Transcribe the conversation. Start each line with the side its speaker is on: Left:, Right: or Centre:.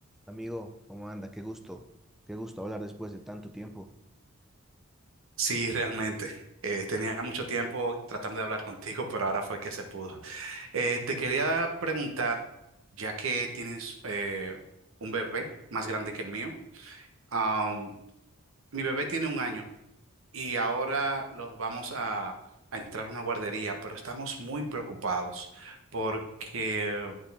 Centre: Amigo, ¿cómo anda? Qué gusto, qué gusto hablar después de tanto tiempo.
Right: Sí, realmente. Eh, tenía mucho tiempo tratando de hablar contigo, pero ahora fue que se pudo. Eh, te quería preguntar, ya que tienes eh, un bebé más grande que el mío, am, mi bebé tiene un año y ahora lo vamos a, a entrar a una guardería, pero estamos muy preocupados porque